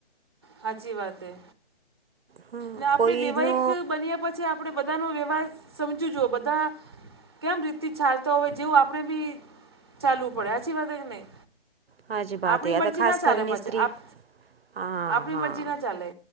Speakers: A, on the right (about 25°); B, on the right (about 70°).
A: સાચી વાત એ
B: હા
A: ને આપણેે
B: કોઈનો
A: વૈવાહિક બન્યા પછી આપડે બધાનોો વ્યવહાર સમજુ જો બધા કેમ રીથી ચાલતો હોય જેવું આપણે બી ચાલવું પડે સાચી વાત હેકે નહી.
B: હાજી વાત
A: આપણી
B: એ આ
A: મરજી
B: તો ખાસ
A: ના ચાલે
B: કરીને
A: પછી
B: સ્ત્રી
A: આપ
B: હા
A: આપણી
B: હા
A: મરજી ના ચાલે.